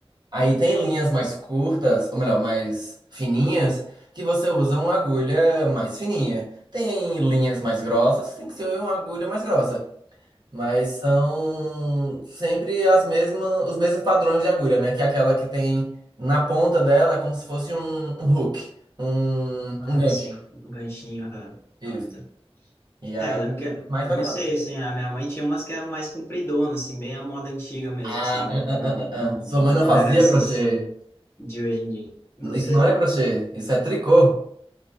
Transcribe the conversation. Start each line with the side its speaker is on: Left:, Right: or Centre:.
Right: Aí tem linhas mais curtas, ou melhor, mais fininhas, que você usa uma agulha mais fininha. Tem linhas mais grossas, tem que ser uma agulha mais grossa. Mas são sempre as mesmas, os mesmos padrões de agulha, né? Que é aquela que tem na ponta dela, é como se fosse um, um hook, um,
Left: Ah,
Right: um gancho.
Left: ah, sim, um ganchinho, aham.
Right: Isso.
Left: Ah, tá.
Right: E
Left: É,
Right: aí,
Left: eu lembro que, eu
Right: mais variado.
Left: não sei, assim, a minha mãe tinha umas que eram mais compridonas, assim, bem a moda antiga mesmo,
Right: Ah,
Left: sabe?
Right: ah, ah,
Left: Não,
Right: ah, ah.
Left: não,
Right: ah. Sua mãe não
Left: não
Right: fazia
Left: era essas
Right: crochê.
Left: de hoje em dia. Não
Right: Isso
Left: sei.
Right: não é crochê, isso é tricô.